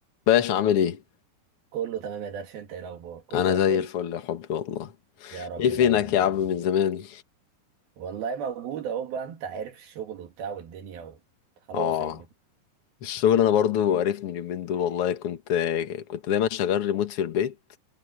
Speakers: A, on the left (about 50°); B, on the right (about 80°).
A: باشا عامل ايه
B: كله تمام يا درش انت ايه الاخبار كله
A: انا
B: زي
A: زي
B: الفل
A: الفل يا حبي والله
B: يا رب
A: ايه فينك
B: دايما يا
A: يا عم
B: رب دايما.
A: من زمان
B: والله موجود اهو بقى انت عارف الشغل وبتاع والدنيا و... خلاص
A: اه
B: يعني
A: الشغل انا برضو عرفني اليومين دول والله كنت كنت دايما شغال ريموت في البيت